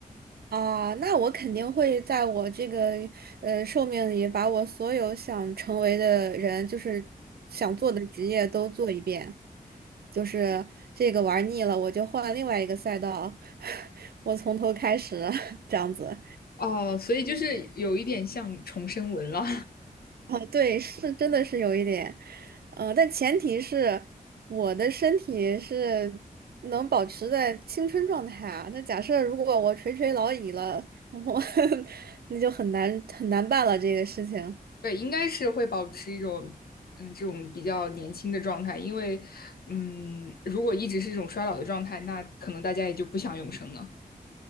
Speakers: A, on the right; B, on the left.
A: 啊，那我肯定会在我这个呃寿命里，把我所有想成为的人，就是想做的职业都做一遍。就是这个玩腻了，我就换另外一个赛道，<laughs> 我从头开始，<laughs> 这样子。
B: 哦，所以就是有一点像重生文了。
A: 哦，对，是真的是有一点，呃，但前提是我的身体是能保持在青春状态啊。那假设如果我垂垂老矣了，我 <laughs> 那就很难很难办了这个事情。
B: 对，应该是会保持一种嗯这种比较年轻的状态，因为嗯，如果一直是一种衰老的状态，那可能大家也就不想永生了。